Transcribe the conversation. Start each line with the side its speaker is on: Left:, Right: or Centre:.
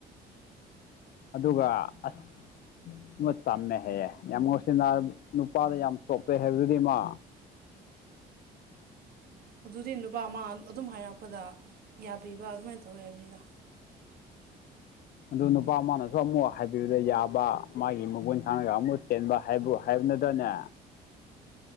Left: ꯑꯗꯨꯒ ꯑꯁ ꯑꯃ ꯆꯝꯃꯦ ꯍꯥꯏꯌꯦ ꯌꯥꯝ ꯉꯥꯎꯁꯟꯅꯦꯜ ꯅꯨꯄꯥꯗ ꯌꯥꯝ ꯆꯣꯛꯄꯦ ꯍꯥꯏꯕꯗꯨꯗꯤ ꯃꯥ
Right: ꯑꯗꯨꯗꯤ ꯅꯨꯄꯥ ꯑꯃ ꯑꯗꯨꯝ ꯍꯥꯏꯔꯛꯄꯗ ꯌꯥꯕꯤꯕ ꯑꯗꯨꯃꯥꯏꯅ ꯇꯧꯋꯦ ꯍꯥꯏꯕꯅꯤꯗ
Left: ꯑꯗꯨ ꯅꯨꯄꯥ ꯃꯥꯅꯁꯨ ꯑꯃꯨꯛ ꯍꯥꯏꯕꯤꯕꯗ ꯌꯥꯕ ꯃꯥꯒꯤ ꯃꯒꯨꯟ ꯈꯥꯡꯉꯒ ꯑꯃꯨꯛ ꯆꯦꯟꯕ ꯍꯥꯏꯕꯨ ꯍꯥꯏꯕꯅꯠꯇ꯭ꯔꯅꯦ